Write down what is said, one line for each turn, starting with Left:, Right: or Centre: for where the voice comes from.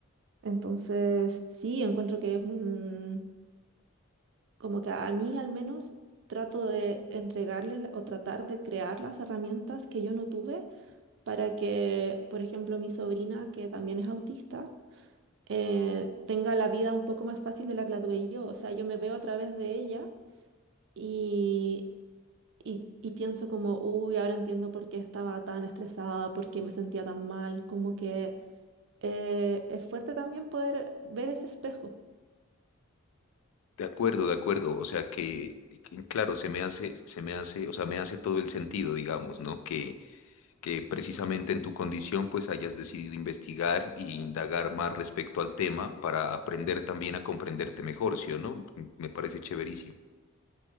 Right: entonces, sí, encuentro que es un, como que a mí al menos trato de entregarle la- o tratar de crear las herramientas que yo no tuve para que, por ejemplo, mi sobrina, que también es autista, eh, tenga la vida un poco más fácil de la que la tuve yo. O sea, yo me veo a través de ella Y, y, y pienso como, uy, ahora entiendo por qué estaba tan estresada, por qué me sentía tan mal, como que eh, es fuerte también poder ver ese espejo.
Left: De acuerdo, de acuerdo. O sea que, que, claro, se me hace, se me hace, o sea, me hace todo el sentido, digamos, ¿no? Que, que precisamente en tu condición, pues hayas decidido investigar y indagar más respecto al tema para aprender también a comprenderte mejor, ¿sí o no? Me parece chéverísimo.